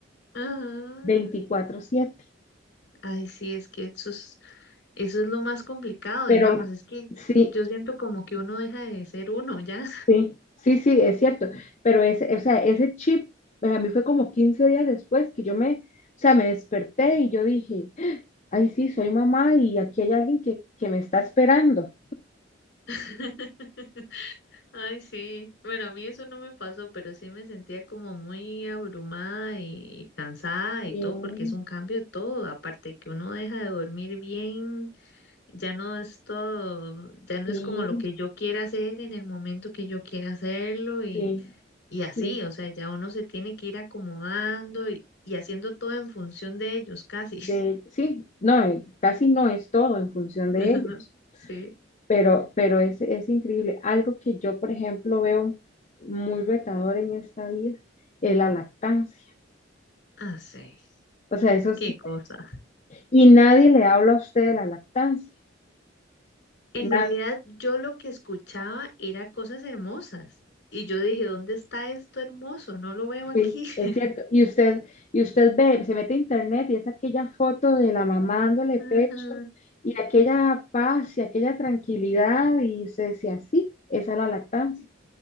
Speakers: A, on the left; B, on the left.
A: Ajá.
B: 24/7,
A: Ay, sí, es que eso es, eso es lo más complicado,
B: pero
A: digamos, es que
B: sí,
A: yo siento como que uno deja de ser uno ya.
B: Sí, sí, sí, es cierto, pero ese, o sea, ese chip, a mí fue como 15 días después que yo me, o sea, me desperté y yo dije, ay, sí, soy mamá y aquí hay alguien que, que me está esperando.
A: <laughs> Ay, sí. Bueno, a mí eso no me pasó, pero sí me sentía como muy abrumada y cansada
B: Sí,
A: y todo, porque es un cambio de todo, aparte de que uno deja de dormir bien. Ya no es todo, ya no
B: sí,
A: es como lo que yo quiera hacer en el momento que yo quiera hacerlo y,
B: sí,
A: y así,
B: sí,
A: o sea, ya uno se tiene que ir acomodando y, y haciendo todo en función de ellos, casi.
B: de, sí, no, eh, casi no es todo en función de
A: <laughs>
B: ellos,
A: Sí,
B: pero, pero es, es increíble. Algo que yo, por ejemplo, veo muy retador en esta vida es la lactancia.
A: así,
B: O sea, eso
A: qué
B: sí
A: cosa.
B: Y nadie le habla a usted de la lactancia.
A: En
B: Na-
A: realidad, yo lo que escuchaba era cosas hermosas y yo dije, ¿dónde está esto hermoso? No lo veo aquí.
B: sí, es
A: <laughs>
B: cierto. Y usted, y usted ve, se mete a internet y es aquella foto de la mamá dándole
A: Ajá.
B: pecho y aquella paz y aquella tranquilidad y se decía, así, esa es la lactancia.